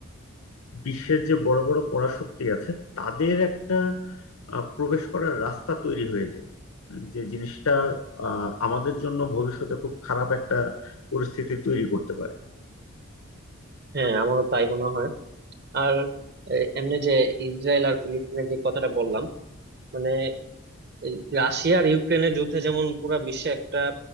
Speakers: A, on the left; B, on the right.
A: বিশ্বের যে বড় বড় পরাশক্তি আছে তাদের একটা আহ, প্রবেশ করার রাস্তা তৈরি হয়ে যায় যে জিনিসটা আহ, আমাদের জন্য ভবিষ্যতে খুব খারাপ একটা পরিস্থিতি তৈরি করতে পারে
B: হ্যাঁ আমারও তাই মনে হয় আর এ, এমনি যে ইসরায়েল আর ফিলিস্তিনের যে কথাটা বললাম মানে এই রাশিয়া আর ইউক্রেনের যুদ্ধে যেমন পুরো বিশ্বে একটা